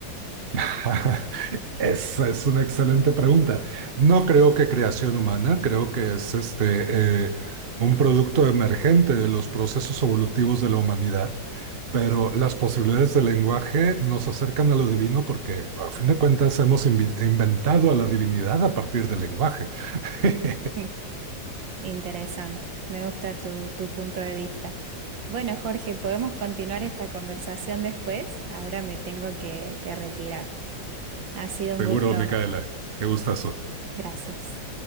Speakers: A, on the right (about 35°); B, on the right (about 75°).
A: <laughs> esa es una excelente pregunta. No creo que creación humana, creo que es este, eh, un producto emergente de los procesos evolutivos de la humanidad Pero las posibilidades del lenguaje nos acercan a lo divino porque, a fin de cuentas, hemos invi- inventado a la divinidad a partir del lenguaje. <laughs>
B: <laughs> Interesante, me gusta tu, tu punto de vista. Bueno, Jorge, podemos continuar esta conversación después. Ahora me tengo que que retirar. Ha sido un
A: Seguro,
B: gusto.
A: Micaela. Qué gustazo.
B: Gracias.